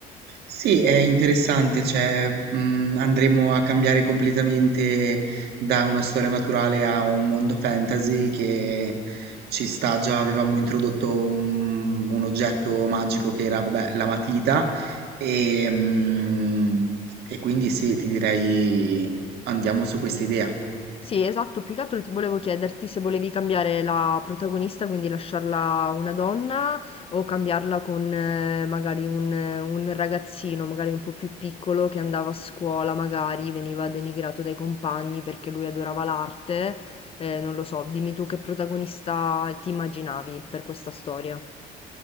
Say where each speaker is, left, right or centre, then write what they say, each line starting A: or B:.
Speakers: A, on the right (about 75°); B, on the left (about 35°).
A: Sì, è interessante, cioè, mhmm, andremo a cambiare completamente da una storia naturale a un mondo fantasy che ci sta già avevamo introdotto un un oggetto magico che era, vabbè, la matita, ehm, e quindi sì, ti direi andiamo su questa idea.
B: Sì, esatto, più che altro ti volevo chiederti se volevi cambiare la protagonista, quindi lasciarla una donna o cambiarla con eh, magari un, eh, un ragazzino, magari un po' più piccolo che andava a scuola, magari veniva denigrato dai compagni perché lui adorava l'arte. Eh, non lo so, dimmi tu che protagonista ti immaginavi per questa storia.